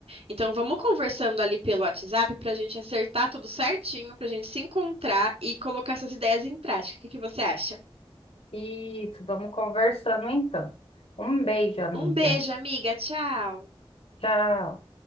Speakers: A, on the right; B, on the left.
A: Então, vamos conversando ali pelo WhatsApp pra gente acertar tudo certinho, pra gente se encontrar e colocar essas ideias em prática. O que que você acha?
B: Isso, vamos conversando então. Um beijo, amiga.
A: Um beijo, amiga. Tchau.
B: Tchau.